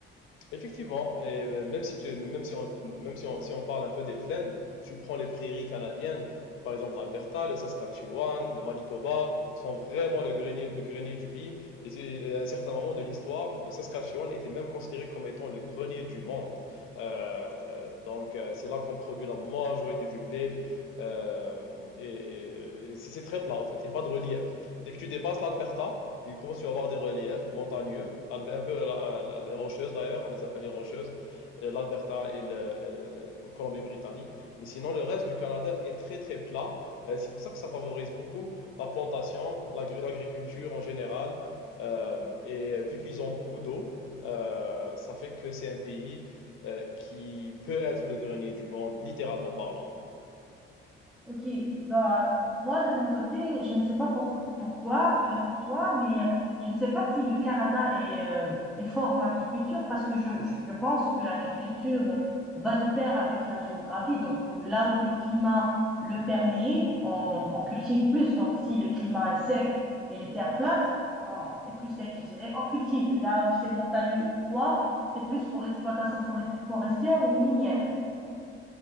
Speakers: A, on the left; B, in the centre.
A: Effectivement, et euh, même si tu, même si on, même si on, si on parle un peu des plaines, tu prends les prairies canadiennes, par exemple l'Alberta, le Saskatchewan, le Manitoba, sont vraiment le grenier, le grenier du pays. Et c'est- euh, à un certain moment de l'histoire, le Saskatchewan était même considéré comme étant le grenier du monde. Euh, donc euh, c'est là qu'on produit la majorité du blé. Euh, et et- et c'est c'est très plat en fait, il n'y a pas de relief. Dès que tu dépasses l'Alberta, il commence à y avoir des reliefs montagneux, un peu la- la- les rocheuses d'ailleurs, on les appelle les rocheuses, euh, l'Alberta et le, et le- Colombie-Britannique. Mais sinon, le reste du Canada est très très plat. Euh, c'est pour ça que ça favorise beaucoup la plantation, l'agri- l'agriculture en général. Euh, et vu qu'ils ont beaucoup d'eau, euh, ça fait que c'est un pays euh, qui peut être le grenier du monde, littéralement parlant.
B: OK, bah, moi de mon côté, je ne sais pas pour pourquoi, heu, pour toi, mais je ne sais pas si le Canada est, heu, est fort en agriculture parce que je je je pense que l'agriculture va de pair avec la géographie. Donc euh, là où le climat le permet, on on cultive plus. Donc si le climat est sec et les terres plates, on et plus sec, je dirais, on cultive. Là où c'est montagneux ou froid, c'est plus pour l'exploitation foré forestière ou minière.